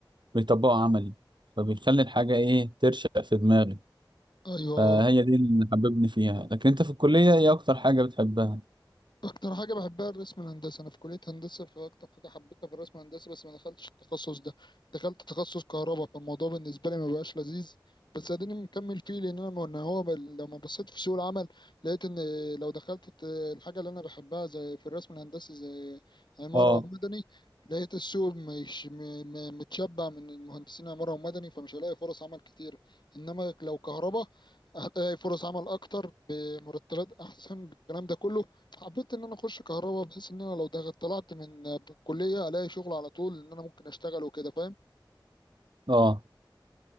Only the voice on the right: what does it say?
بيطبقه عملي فبيخلي الحاجة ايه ترشق في دماغي
فهي دي اللي حببني فيها لكن انت في الكلية ايه اكتر حاجة بتحبها
اه
اه